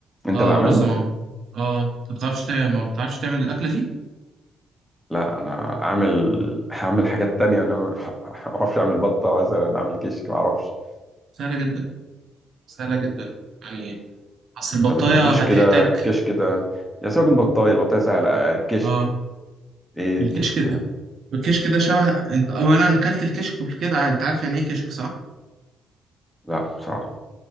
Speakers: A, in the centre; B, on the right (about 60°).
A: انت
B: اه
A: اللي عاملها
B: ورز معمر اه انت ما بتعرفش تعمل ما بتعرفش تعمل الأكلة دي
A: لا انا عامل هعمل حاجات تانية انا ما اعرفش اعمل بطه مثلا اعمل كشك ما اعرفش
B: سهلة جدا سهلة جدا يعني ايه، اصل البطاية
A: طب الكشك
B: هتحتاج
A: ده الكشك ده يا سيبك من البطايه البطايه سهله كشك
B: اه
A: ايه
B: الكشك
A: الكشك
B: ده
A: ده
B: الكشك ده شبه انت اولا اكلت الكشك قبل كده انت عارف يعني ايه كشك صح؟
A: لا بصراحه